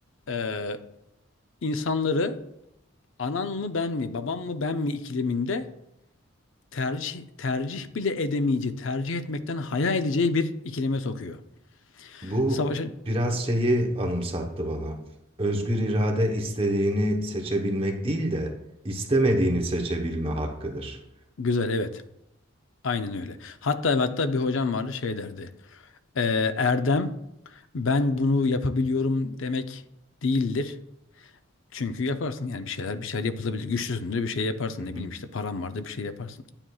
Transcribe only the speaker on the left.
e, insanları anan mı ben mi babam mı ben mi ikileminde tercih tercih bile edemeyeceği tercih etmekten haya edeceği bir ikileme sokuyor.
Savaşa
güzel evet aynen öyle. Hatta ve hatta bir hocam vardı şey derdi. E, Erdem ben bunu yapabiliyorum demek değildir. Çünkü yaparsın yani bir şeyler bir şeyler yapılabilir. Güçlüsündür bir şey yaparsın
ne bileyim işte param vardı bir şey yaparsın.